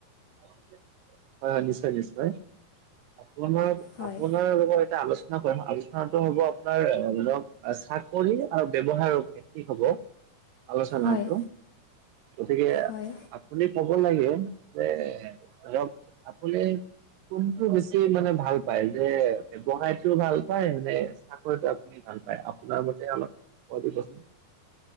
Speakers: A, on the right; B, on the left.
A: হয় হয় নিশ্চয় নিশ্চয়, আপোনাৰ
B: হয়
A: আপোনাৰ লগত এটা আলোচনা কৰিম। আলোচনাটো হ'ব আপোনাৰ ধৰক চাকৰি আৰু ব্যৱসায় ভিত্তি হ'ব আলোচনাটো।
B: হয়
A: গতিকে,
B: হয়
A: আপুনি কব লাগে যে ধৰক আপুনি কোনটো বেছি মানে ভাল পায়, যে ব্যৱসায়তো ভাল পায় মানে চাকৰিটো আপু ভাল পায়? আপোনাৰ মতে অলপ কয় দিবচোন।